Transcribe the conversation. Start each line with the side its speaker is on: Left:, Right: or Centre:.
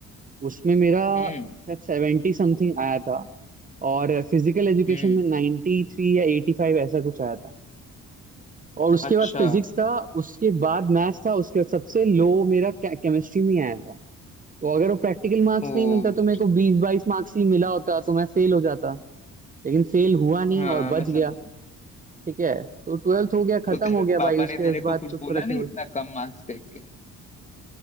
Right: उसमें मेरा
Left: हम्म
Right: शायद सेवेंटी समथिंग आया था और फिजिकल एजुकेशन
Left: हम्म
Right: में नाइन्टी थ्री या एटी फाइव ऐसा कुछ आया था और उसके
Left: अच्छा
Right: बाद फिजिक्स था उसके बाद मैथ्स था उसके बाद सबसे लो मेरा केमिस्ट्री में आया था तो अगर वो प्रैक्टिकल मार्क्स
Left: ओ
Right: नहीं मिलता तो
Left: अच्छा
Right: मेरे को बीस बाईस मार्क्स ही मिला होता तो मैं फेल हो जाता लेकिन फेल हुआ नहीं
Left: हाँ
Right: और
Left: मैं
Right: बच
Left: समझा
Right: गया ठीक है तो ट्वेल्थ हो गया खत्म
Left: तो तेरे
Right: हो गया
Left: पापा
Right: भाई उसके
Left: ने तेरे
Right: बाद
Left: को कुछ
Right: कुछ
Left: बोला
Right: फर्क
Left: नहीं
Right: नहीं पड़ा
Left: इतना कम मार्क्स देख के